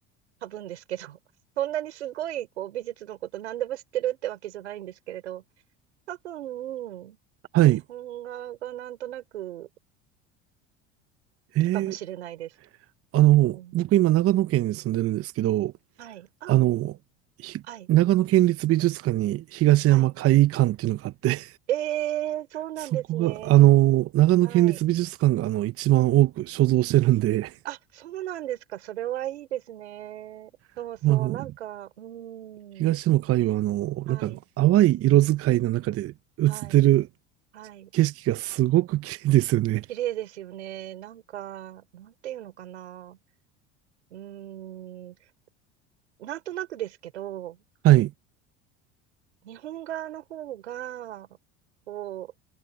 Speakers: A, on the right (about 85°); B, on the right (about 45°).
A: 多分ですけど、<laughs> そんなにすごいこう美術のこと何でも知ってるってわけじゃないんですけれど、多分、
B: はい。
A: 日本画がなんとなく好
B: ええ、
A: きかもしれないです。
B: あの、
A: うん、
B: 僕今長野県に住んでるんですけど、
A: はい。あ、
B: あの、ひ長野県立美術館に東山会館っていうのがあって
A: はい。はい。ええそうなんですね。
B: そこが、あの、長野県立美術館が、
A: はい。
B: あの、一番多く所蔵してるんで、
A: あ、そうなんですか。それはいいですね。そうそう。
B: <laughs> まああの、
A: なんか、うー
B: 東山海は、
A: ん。
B: あの、
A: はい。
B: なんかあの、淡い色使いの中で映ってる
A: はい。はい。
B: 景色がすごく綺麗ですよね。
A: 綺麗ですよね。なんか、なんていうのかな。うーん。なんとなくですけど、
B: はい、
A: 日本側の方が、こ